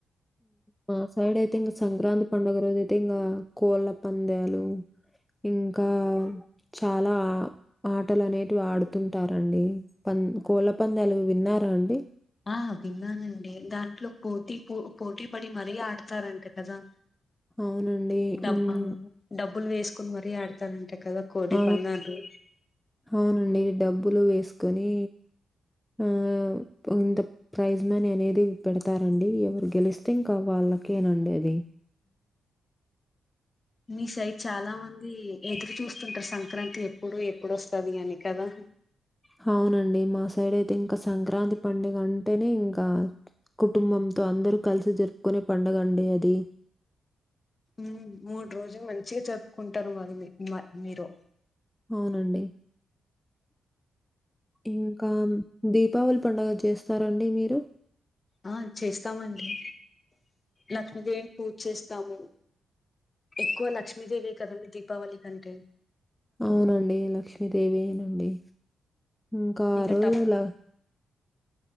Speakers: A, in the centre; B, on the left.
A: మా సైడ్ అయితే ఇంగ సంక్రాంతి పండుగ రోజైతే ఇంగా కోళ్ళ పందాలు ఇంకా చాలా ఆటలు అనేటివి ఆడుతుంటారండి పం కోళ్ళ పంద్యాలు విన్నారా అండి
B: ఆ విన్నానండి దాంట్లో పోటీ పో పోటీ పడి మరీ ఆడతారంట కదా
A: అవునండి
B: డబ్
A: మ్
B: ఆ, డబ్బులు వేసుకుని మరీ ఆడతరంట కదా కోడి
A: ఆ,
B: పంద్యాలు
A: అవునండి డబ్బులు వేసుకొని ఆ కొంత ప్రైజ్ మనీ అనేది పెడతారండి ఎవరు గెలిస్తే ఇంక వాళ్ళకేనండి అది
B: మీ సైడ్ చాలా మంది ఎదురు చూస్తుంటరు సంక్రాంతి ఎప్పుడు ఎప్పుడొస్తాది అని కదా
A: హావునండి మా సైడ్ అయితే ఇంకా సంక్రాంతి పండుగ అంటేనే ఇంకా కుటుంబంతో అందరు కలిసి జరుపుకునే పండుగ అండి అది
B: మ్ మూడు రోజులు మంచిగ జరుపుకుంటారు మరి మి మ మీరు
A: అవునండి ఇంకా దీపావళి పండుగ చేస్తారండి మీరు
B: ఆ చేస్తామండి లక్ష్మీదేవిని పూజ చేస్తాము ఎక్కువ లక్ష్మీదేవే కదండి దీపావళికి అంటే
A: అవునండి లక్ష్మీదేవియె నండి ఇంక ఆ
B: ఇక
A: రోజు
B: టప్
A: ల